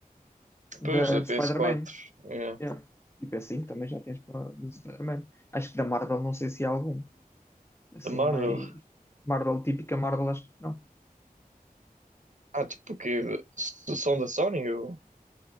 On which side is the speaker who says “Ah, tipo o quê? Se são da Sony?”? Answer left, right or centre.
Right